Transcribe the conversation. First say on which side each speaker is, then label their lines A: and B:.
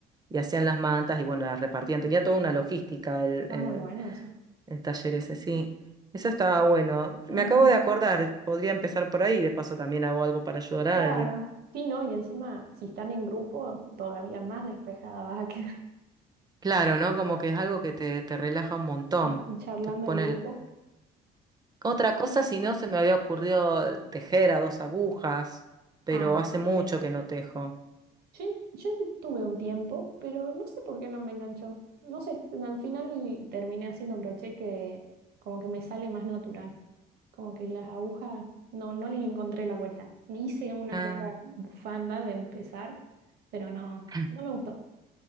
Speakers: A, on the right; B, on the right.
A: y hacían las mantas y bueno, las repartían. Tenía toda una logística el,
B: está
A: el,
B: muy bueno eso.
A: el taller ese, sí. Eso estaba bueno.
B: Está
A: Me
B: muy
A: acabo
B: lindo.
A: de acordar, podría empezar por ahí, y de paso también hago algo para ayudar a
B: Claro.
A: alguien.
B: Sí, ¿no? Y encima, si están en grupo, todavía más despejada vas a quedar
A: Claro, ¿no? Como que es algo que te, te relaja un montón,
B: <laughs> charlando
A: te pone
B: en grupo.
A: Otra cosa, si no, se me había ocurrido tejer a dos agujas, pero
B: Ah,
A: hace mucho
B: sí.
A: que no tejo.
B: Yo, en- yo en- tuve un tiempo, pero no sé por qué no me enganchó. No sé, al final terminé haciendo crochet que como que me sale más natural. Como que las agujas no, no les encontré la vuelta. Hice una
A: Ah,
B: que otra bufanda de empezar, pero no,
A: <clears throat>
B: no me gustó.